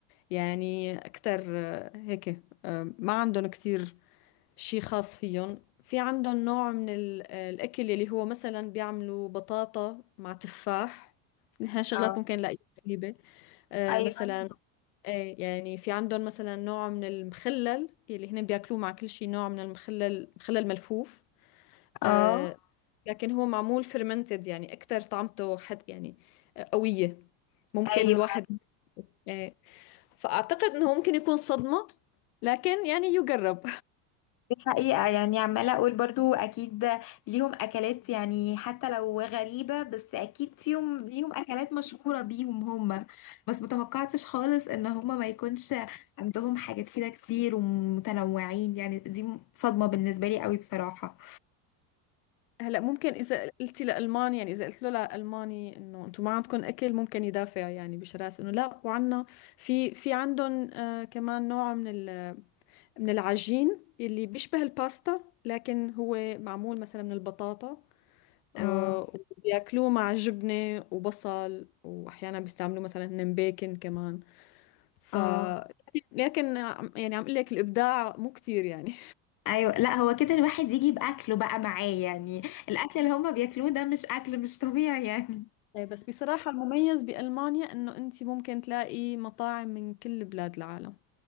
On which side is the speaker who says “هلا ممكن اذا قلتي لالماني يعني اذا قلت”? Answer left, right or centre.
Left